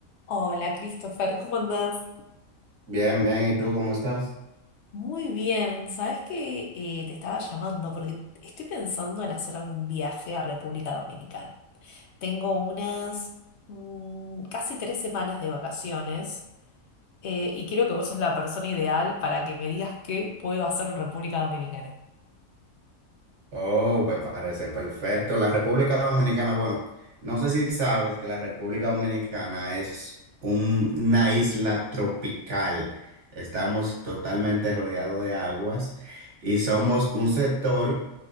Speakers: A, on the left; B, on the right.
A: Hola, Christopher, ¿cómo andás?
B: Bien, bien, ¿y tú cómo estás?
A: Muy bien, ¿sabes que te estaba llamando porque estoy pensando en hacer algún viaje a República Dominicana. Tengo unas mm, casi tres semanas de vacaciones eh, y creo que vos sos la persona ideal para que me digas qué puedo hacer en República Dominicana.
B: Oh, me parece perfecto. La República Dominicana, bueno, no sé si sabes que la República Dominicana es un- una isla tropical. Estamos totalmente rodeados de aguas y somos un sector